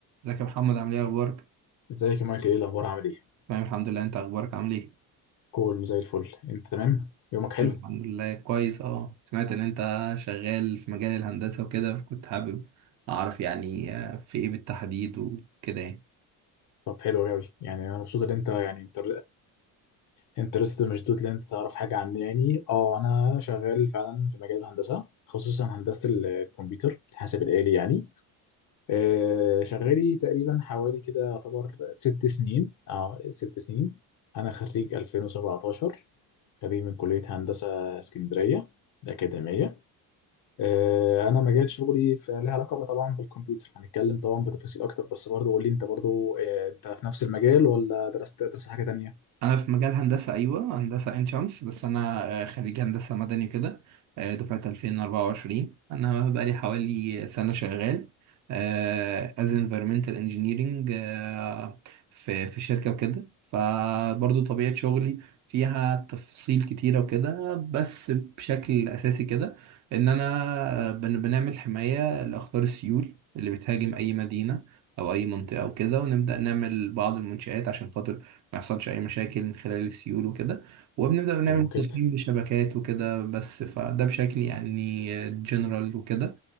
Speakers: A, on the right; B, on the left.
A: ازيك يا محمد عامل ايه اخبارك
B: ازيك يا مايكل ايه الاخبار عامل ايه
A: تمام الحمد لله انت اخبارك عامل ايه
B: كول زي الفل انت تمام يومك
A: تمام
B: حلو
A: الحمد لله كويس اه سمعت ان انت شغال في مجال الهندسة وكده، كنت حابب اعرف يعني آه، في ايه بالتحديد وكده يعني.
B: طب حلو قوي يعني انا مبسوط ان انت يعني انت انترست مشدود ان انت تعرف حاجه عني يعني اه انا شغال فعلا في مجال الهندسه خصوصا هندسه ال- الكمبيوتر الحاسب الالي يعني آه شغالي تقريبا حوالي كده يعتبر ست سنين اه ست سنين انا خريج 2017 خريج من كليه هندسه اسكندريه الاكاديميه آه، انا مجال شغلي فليها علاقه بقى طبعا بالكمبيوتر هنتكلم طبعا بتفاصيل اكتر بس برضه قول لي انت برضه آه، انت في نفس المجال ولا درست درست حاجه تانية
A: انا في مجال هندسه ايوه هندسه عين شمس بس انا آه، خريج هندسه مدني كده آه، دفعه 2024 انا بقالي حوالي سنه شغال آه، as environmental engineering آه، في في شركه وكده فبرضو طبيعه شغلي فيها تفاصيل كتيره وكده بس بشكل اساسي كده ان انا آه، بن- بنعمل حمايه لاخطار السيول اللي بتهاجم اي مدينه او اي منطقه وكده ونبدا نعمل بعض المنشآت عشان خاطر ما يحصلش اي مشاكل من خلال السيول وكده وبنبدا نعمل
B: حلو كده
A: تصميم لشبكات وكده بس فده بشكل يعني جنرال وكده